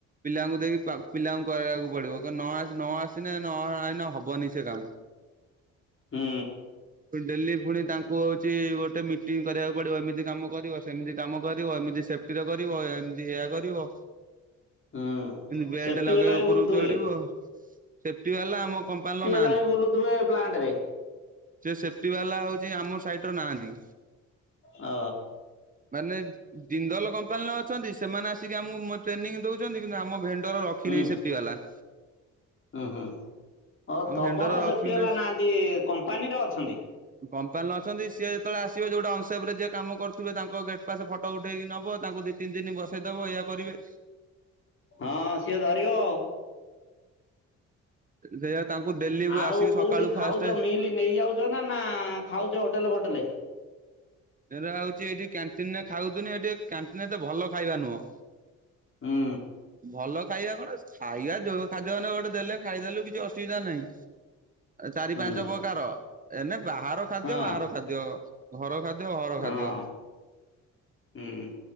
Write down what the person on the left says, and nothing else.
ହୁଁ।
ହୁଁ
ସେଫ୍ଟି
ବାଲା ବି
ବୁଲୁଥିବେ।
ମୁଁ
ଏମ୍ପଲାଇ ବୁଲୁଥିବେ ପ୍ଲାଣ୍ଟ ରେ।
ହ।
ହୁଁ
ହୁଁ ହୁଁ ଓ
ତମର
ସେଫ୍ଟି
ବାଲା ନାହାନ୍ତି କମ୍ପାନୀରେ ଅଛନ୍ତି।
ହଁ ସିଏ ଧରିବ।
ଆଉ
କୋଉଠି
ଖାଉଛ
ମିଲ୍ ନେଇଯାଉ ଛ ନା ନା ଖାଉଛ ହୋଟେଲେ ଫୋଟେଲେରେ।
ହୁଁ।
ହୁଁ
ହଁ
ହଁ। ହୁଁ